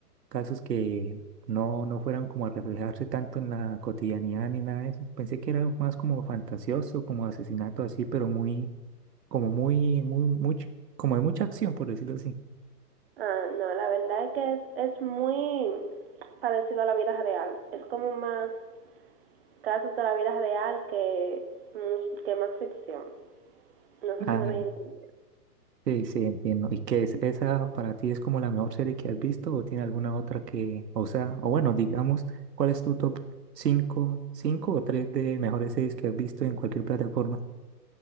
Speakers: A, on the right; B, on the right.
A: casos que no, no fueran como a reflejarse tanto en la cotidianidad ni nada de eso. Pensé que era más como fantasioso, como asesinato así, pero muy, como muy, muy, mucho, como de mucha acción, por decirlo así. <laughs>
B: Ah, no, la verdad es que es, es muy parecido a la vida real. Es como más casos de la vida real que, much- que más ficción. No sé
A: Ah,
B: si me doy a entender.
A: sí, sí, entiendo. ¿Y qué es esa para ti es como la mejor serie que has visto o tiene alguna otra que, o sea, o bueno, digamos, ¿cuál es tu top cinco cinco o 3 de mejores series que has visto en cualquier plataforma?